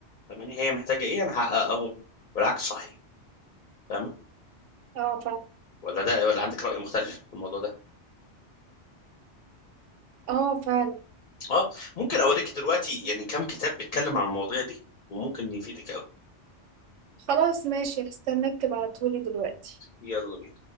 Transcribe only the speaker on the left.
فاهماني هي محتاجه ايه انا هحققه اول والعكس صحيح فاهمه
ولا ده ولا عندك راي مختلف في الموضوع ده
اه ممكن اوريك دلوقتي يعني كام كتاب بيتكلم عن المواضيع دي وممكن يفيدك
يلا بينا